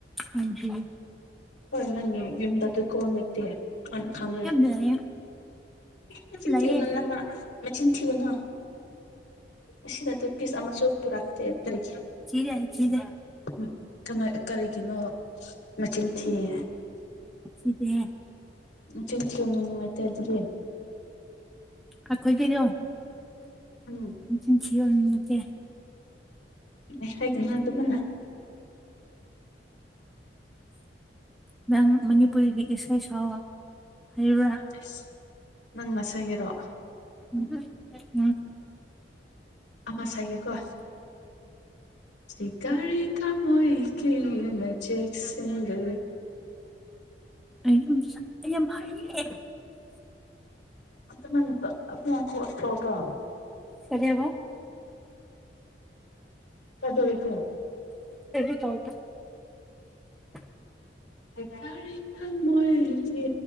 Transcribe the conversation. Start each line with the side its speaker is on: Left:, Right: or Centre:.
Centre: ꯑꯥꯢꯟꯁꯨ
Left: ꯍꯣꯏ ꯅꯪꯒꯤ ꯌꯨꯝꯗ ꯗꯨ ꯀꯣ ꯂꯩꯇꯦ ꯑꯅ ꯈꯪꯉꯦ
Centre: ꯌꯥꯝ ꯂꯩꯌꯦ
Left: ꯃꯆꯤꯟ
Centre: ꯌꯥꯝ ꯂꯩꯌꯦ
Left: ꯊꯤꯒꯅꯨ ꯅꯪꯅ ꯃꯆꯤꯟ ꯊꯤꯒꯅꯣ ꯑꯁꯤꯗ ꯗꯨ ꯄꯤꯁ ꯑꯃꯁꯨ ꯄꯨꯔꯛꯇꯦ ꯀꯔꯤꯒꯤ
Centre: ꯊꯤꯗꯦ ꯊꯤꯗꯦ
Left: ꯎꯝ ꯀꯅ ꯀꯔꯤꯒꯤꯅꯣ ꯃꯆꯤꯡ ꯊꯤꯌꯦ
Centre: ꯊꯤꯗꯦꯍꯦ
Left: ꯅꯆꯤꯟ ꯊꯤꯒꯅꯨ ꯅꯨꯡꯉꯥꯏꯇꯦ ꯑꯗꯨꯗꯤ
Centre: ꯑꯩꯈꯣꯏꯒꯤꯗꯣ
Left: ꯎꯝ
Centre: ꯃꯆꯤꯟ ꯊꯤꯍꯟꯅꯤꯡꯗꯦ
Left: ꯑꯦ ꯍꯥꯏꯒꯅꯣ ꯗꯨꯃꯥꯢꯅ
Centre: ꯅꯪ ꯃꯅꯤꯄꯨꯔꯤꯒꯤ ꯏꯁꯩ ꯁꯥꯑꯣ ꯍꯩꯕ꯭ꯔꯥ
Left: ꯑꯁ ꯅꯪ ꯉꯁꯥꯏꯒꯤꯔꯣ
Centre: <unintelligible>
Left: ꯑꯃ ꯁꯥꯏꯒꯦꯀꯣ ꯁꯦꯒꯥꯢꯔꯦ ꯊꯃꯣꯏꯒꯤ ꯃꯆꯦꯠ ꯁꯤꯡꯗꯣ
Centre: ꯑꯩ ꯑꯃꯨꯛ ꯁꯛ ꯑꯩ ꯌꯥꯝ ꯍꯩꯌꯦ
Left: <unintelligible>
Centre: ꯀꯔꯤ ꯕꯥ
Left: <unintelligible>
Centre: <unintelligible>
Left: ꯑꯩꯀꯥꯏꯔꯥ ꯊꯃꯣꯏꯒꯤ